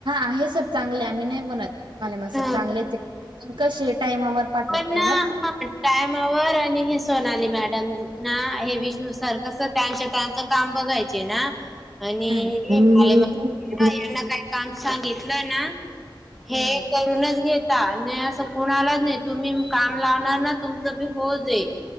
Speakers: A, on the right; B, in the centre.
A: आहे सर चांगले मी नाही म्हणत माले मास्तर
B: हा.
A: चांगले च आहे ते टाइम वर, पाठवत
B: प ना
A: नाही
B: हा टाइमावर आणि, हे सोनाली मॅडम ना हे विष्णू सर कस त्यांच्या त्यांचं काम बघायचे ना आणि
A: हम्म आणि
B: माले यांनाा काम सांगितलं ना
A: हम्म
B: हे करूनच घेता न असं कोणा आलाच नाही तुम्ही काम लावणार ना तुमच बी हो जाई